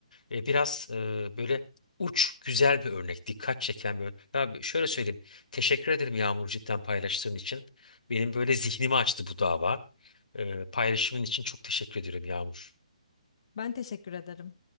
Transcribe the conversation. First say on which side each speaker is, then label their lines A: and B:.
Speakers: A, on the left; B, on the left.
A: E, biraz e, böyle uç, güzel bir örnek, dikkat çeken bir örnek. Ya şöyle söyleyeyim, teşekkür ederim Yağmur cidden paylaştığın için. Benim böyle zihnimi açtı bu dava. E, paylaşımın için çok teşekkür ediyorum Yağmur.
B: Ben teşekkür ederim.